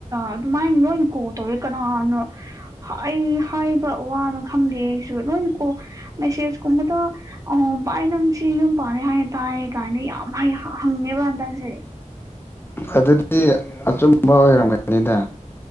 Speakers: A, on the right (about 25°); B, on the left (about 15°).
A: ꯑꯗꯨꯃꯥꯏꯅ ꯂꯣꯏ ꯀꯣ ꯇꯧꯋꯦ ꯀꯅꯥꯅꯣ ꯑꯩ ꯍꯥꯏꯕ ꯋꯥꯅ ꯈꯪꯗꯦ ꯑꯩꯁꯨ ꯂꯣꯏꯅ ꯀꯣ ꯃꯦꯁꯦꯁ ꯀꯨꯝꯕꯗ ꯑ ꯚꯥꯏ ꯅꯨꯡꯁꯤ ꯌꯨꯝ ꯄꯥꯅꯤ ꯍꯥꯏꯌꯦ ꯇꯥꯏ ꯀꯥꯏꯅ ꯌꯥꯝ ꯍꯪꯉꯦꯕ ꯍꯟꯗꯛꯁꯦ
B: ꯑꯗꯨꯗꯤ ꯑꯆꯨꯝꯕ ꯑꯣꯏꯔꯝꯒꯅꯤꯗ